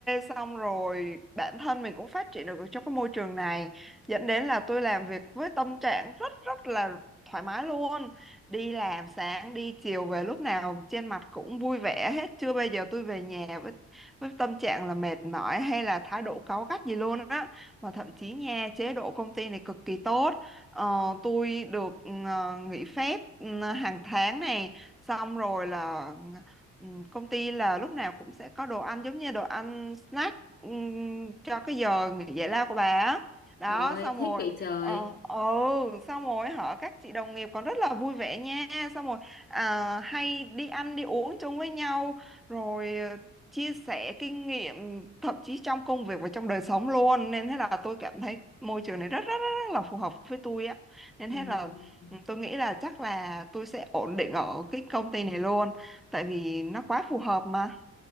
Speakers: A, in the centre; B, on the left (about 35°).
A: xong rồi bản thân mình cũng phát triển được ở trong cái môi trường này dẫn đến là tôi làm việc với tâm trạng rất rất là thoải mái luôn đi làm sáng đi chiều về lúc nào trên mặt cũng vui vẻ hết chưa bao giờ tôi về nhà với với tâm trạng là mệt mỏi hay là thái độ cáu gắt gì luôn á mà thậm chí nha chế độ công ty này cực kỳ tốt ờ, tôi được ừ, nghỉ phép ừ, hàng tháng này xong rồi là Ừ, công ty là lúc nào cũng sẽ có đồ ăn giống như đồ ăn snack ừm, cho cái giờ nghỉ giải lao của bà á. đó
B: rồi
A: xong
B: thích
A: rồi
B: vậy trời
A: ờ ừ xong rồi hả các chị đồng nghiệp còn rất là vui vẻ nha xong rồi à, hay đi ăn đi uống chung với nhau rồi ờ, chia sẻ kinh nghiệm thậm chí trong công việc và trong đời sống luôn nên thế là tôi cảm thấy môi trường này rất rất rất, rất là phù hợp với tôi á nên
B: ừ.
A: thế là ừ, tôi nghĩ là chắc là tôi sẽ ổn định ở cái công ty này luôn tại vì nó quá phù hợp mà